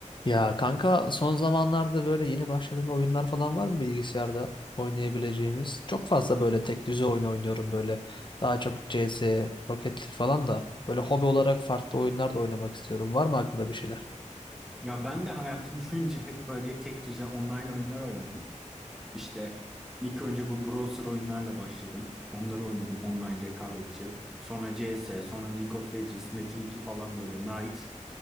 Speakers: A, on the left; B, in the centre.
A: Ya kanka son zamanlarda böyle yeni başladığın oyunlar falan var mı bilgisayarda oynayabileceğimiz? Çok fazla böyle tek düze oyun oynuyorum böyle. Daha çok CS, Rocket League falan da. Böyle hobi olarak farklı oyunlar da oynamak istiyorum. Var mı aklında bir şeyler?
B: Ya ben de hayatım <laughs> boyunca hep böyle tek düze online oyunlar oynadım. İşte ilk önce bu browser oyunlarla başladım. Onları oynadım online rekabetçi. Sonra CS, sonra League of Legends, Metin 2 falan böyle Knight.